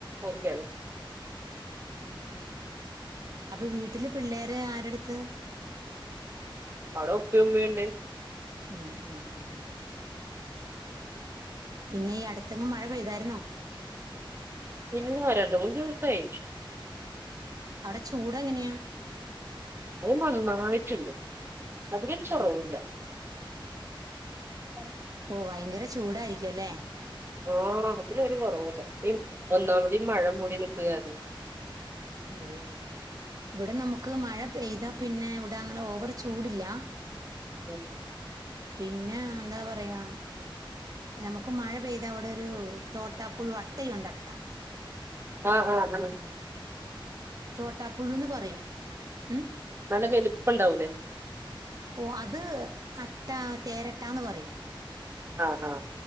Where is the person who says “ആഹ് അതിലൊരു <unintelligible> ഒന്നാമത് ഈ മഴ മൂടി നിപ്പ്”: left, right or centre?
Right